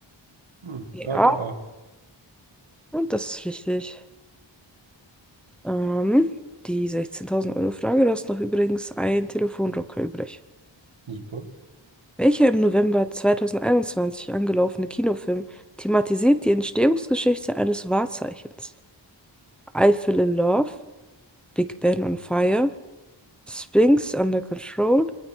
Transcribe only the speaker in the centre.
P A
und das ist richtig. Ähm, die 16.000-Euro-Frage, du hast noch übrigens einen Telefonjoker übrig.
Welcher im November 2021 angelaufene Kinofilm thematisiert die Entstehungsgeschichte eines Wahrzeichens? I Fell in Love, Big Ben on Fire, Sphinx Under Control